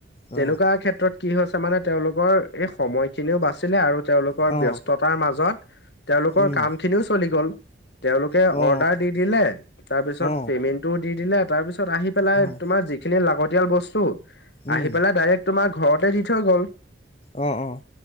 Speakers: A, on the left; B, on the left.
A: অ
B: তেনেকুৱা ক্ষেত্ৰত কি হৈছে মানে তেওঁলোকৰ এই সময়খিনিও বাচিলে আৰু তেওঁলোকৰ
A: অ
B: ব্যস্ততাৰ মাজত তেওঁলোকৰ
A: উম
B: কাম খিনিও চলি গ'ল। তেওঁলোকে
A: অ
B: অৰ্ডাৰ দি দিলে তাৰপিছত
A: অ
B: পেমেন্টটো দি দিলে। তাৰ পিছত আহি পেলাই
A: হয়
B: তোমাৰ যিখিনি লাগতিয়াল বস্তু
A: উম
B: আহি পেলাই ডাইৰেক্ তোমাৰ ঘৰতে দি থৈ গ'ল।
A: অঁ অঁ